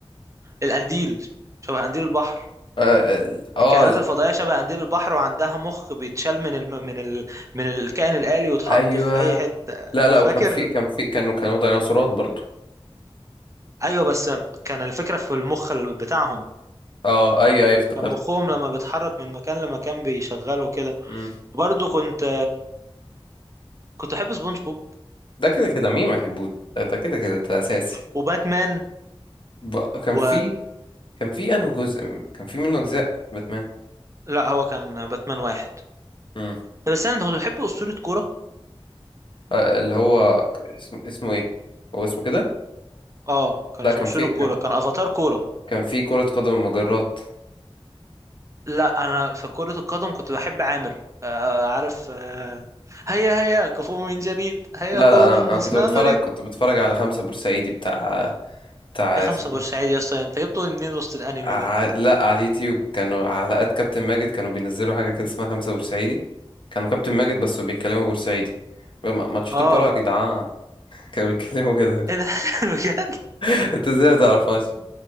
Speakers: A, on the right (about 30°); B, on the left (about 55°).
A: القنديل شبه قنديل البحر
B: اه, آه
A: الكائنات
B: آه، لا،
A: الفضائية شبه قنديل البحر وعندها مخ بيتشال من الم... من ال... من الكائن الآلي ويتحط
B: ايوه
A: في أي حتة
B: لا لا
A: فاكر
B: وكان في كان في كانوا كانوا ديناصورات برضو
A: أيوة بس كان الفكرة في المخ ال- بتاعهم
B: اه ايوه ايوه افتكرت
A: كان مخهم لما بيتحرك من مكان لمكان بيشغله كده
B: مم.
A: برضه كنت كنت بحب سبونج بوب
B: ده كده كده مين ما يحبوش ده ده كده كده ده اساسي
A: وباتمان
B: ب... كان
A: و
B: في كان في انه جزء كان في منه اجزاء باتمان
A: لا هو كان باتمان واحد
B: مم.
A: طب استنى انت كنت بتحب أسطورة كورة؟
B: آه اللي هو اسمه اسمه ايه هو اسمه كده
A: اه كان
B: لا
A: اسمه
B: كان
A: أسطورة
B: في
A: كورة
B: كان
A: كان أفاتار كورة
B: كان في كرة قدم مجرات
A: لا انا في كرة القدم كنت بحب عامر آه، آه، عارف آه، هيا هيا كفو من جديد هيا
B: لا
A: كولا
B: لا انا
A: النصر
B: انا كنت بتفرج
A: لا نريد
B: كنت بتفرج على خمسة بورسعيدي بتاع بتاع
A: دي خمسة
B: اسمه
A: بورسعيد
B: إيه؟
A: يا اسطى انت جبته منين وسط الانمي
B: ع...
A: ده
B: لا على اليوتيوب كانوا حلقات كابتن ماجد كانوا بينزلوا حاجة كده اسمها خمسة بورسعيدي كانوا كابتن ماجد بس بيتكلموا بورسعيدي بم- ماتشات
A: اه
B: الكرة يا جدعان <laughs> كانوا بيتكلموا كده
A: ايه ده <laughs> بجد
B: <laughs> انت ازاي ما تعرفهاش